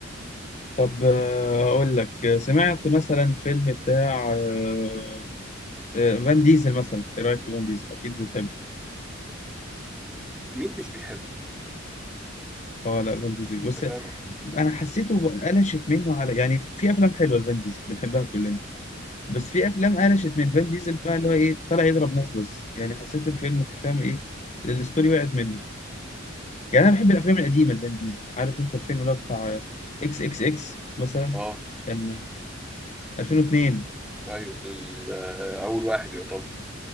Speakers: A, on the left (about 35°); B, in the centre.
A: طب آه، أقول لك آه، سمعت مثلا فيلم بتاع آه، آه، فان ديزل مثلا إيه رأيك في فان ديزل أكيد بتحبه
B: مين مش بيحبه
A: أه لا فان ديزل بس
B: انت فاهم
A: أنا حسيته قلشت منه على يعني في أفلام حلوة لفان ديزل بنحبها كلنا بس في أفلام قلشت من فان ديزل بقى اللي هو إيه طلع يضرب ناس بس يعني حسيت الفيلم فاهم إيه الستوري وقعت منه يعني أنا بحب الأفلام القديمة لفان ديزل عارف أنت الفيلم اللي هو بتاع إكس إكس إكس مثلا
B: اه
A: كان 2002
B: ايوه ال- آه، اول واحد يعتبر